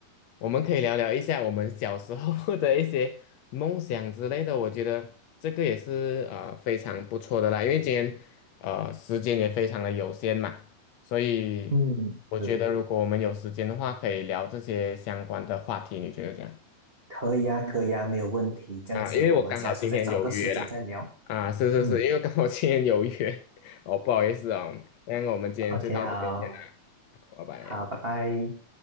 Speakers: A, on the left; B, on the right.
A: 我们可以聊聊一下我们小时候 <laughs> 的一些梦想之类的。我觉得这个也是呃非常不错的啦，因为今天呃时间也非常的有限嘛，所以我觉得如果我们有时间的话，
B: 嗯，是，
A: 可以聊这些相关的话题。你觉得这样？
B: 可以啊，可以啊，没有问题。这样子，
A: 啊，因为我刚好今天有约啦，
B: 我们下次再找个时间再聊。
A: 啊，是是是，
B: 嗯
A: 因为刚好今天有约，<laughs> 哦，不好意思哦，那我们今天就到这边先啦，
B: ，OK，好，
A: 好拜拜。
B: 好，拜拜。